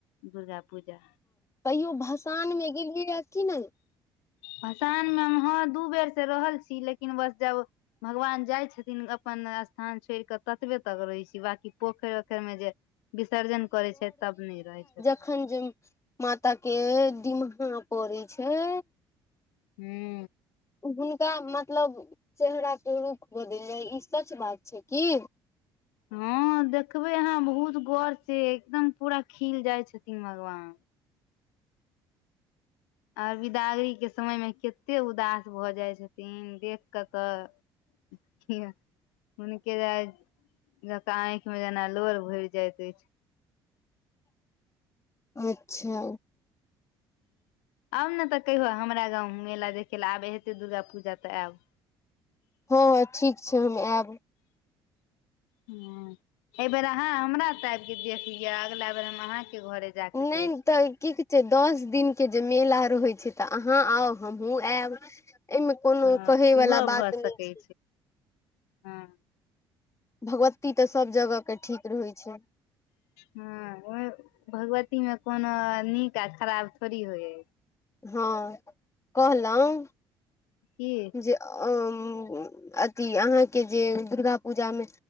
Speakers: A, on the left; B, on the left.
A: दुर्गा पूजा
B: कहियो भसानमे गेलियै कि नहि
A: भसान मे हँ दू बेर से रहल छी लेकिन बस जाउ भगवान जाइ छथिन अपन स्थान छोड़ि कऽ ततबे तक रहै छी बकि पोखरि ओखरिमे जे विसर्जन करै छै तब नहि रहै छै
B: अखन जे माता के डिमहा पड़ै छै
A: हू
B: हुनका मतलब चेहरा के रूख बदैल जाय ई सच बात छै की
A: हँ देखबै अहाँ बहुत गर से एकदम पूरा खिल जाइ छथिन भगवान आर बिदागरी के समय मे कते उदास भऽ जाय छथिन देख कऽ तऽ <unintelligible> हुनके जा जका आँखि में जेना लोर भरि जाइत अछि
B: अच्छा
A: आउ ने तऽ कहियौ हमरा गाँव मेला देखै लए आबै हेतै दुर्गा पूजा तऽ आएब
B: हँ ठीक छै हम आयब
A: ह एहि बेर अहाँ हमरा त आब के देख लिय अगला बेर हम अहा के घरे जा कऽ
B: नहि
A: देख
B: तऽ
A: लेब
B: की से दस दिनक के जे मेला रहैत छै तऽ अहाँ आउ हमहुँ आयब एहिमे कोनो
A: हँ
B: कहे वला
A: ओहो
B: बात
A: भऽ सकै
B: नहि छै
A: हँ
B: भगवती तऽ सभ जगह के ठीक रहै छै
A: ह हँ ओ भगवती मे कोनो नीक आ खराब थोड़ी होइ ह
B: हँ कहलहुँ
A: की
B: जे अंऽ अथी अहाँके जे दुर्गा पूजामे